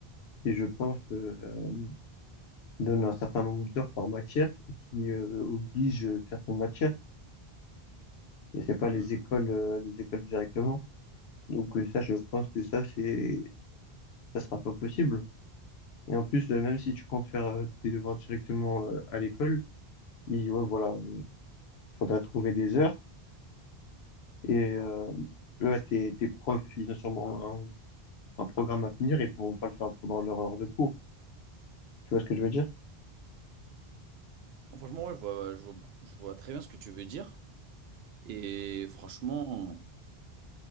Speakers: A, on the left; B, on the right.
A: qui, je pense, euh, donne un certain nombre d'heures par matière et qui euh, oblige certaines matières, et c'est pas les
B: Hmm.
A: écoles, euh, les écoles directement. Donc euh, ça, je pense que ça, c'est, ça sera pas possible. Et en plus, euh, même si tu comptes faire euh, tes devoirs directement euh, à l'école, et ouais, voilà, faudrait trouver des heures. Et euh, eux, là, tes, tes profs, ils ont sûrement un, un programme à finir et ils pourront pas le faire pendant leur heure de cours. Tu vois ce que je veux dire?
B: Franchement, ouais, je vois, je vois, je vois très bien ce que tu veux dire, et franchement,